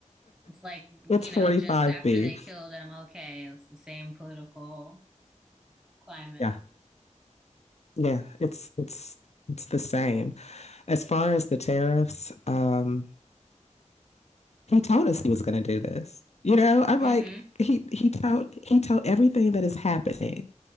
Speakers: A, in the centre; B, on the left (about 60°).
A: It's like,
B: it's
A: you
B: 45B.
A: know, just after they killed MLK, it's the same political climate.
B: Yeah. Yeah. It's, it's, it's the same. As far as the tariffs, um, he told us he was going to do this. You know, I'm
A: hmm
B: like, he he told he told everything that is happening.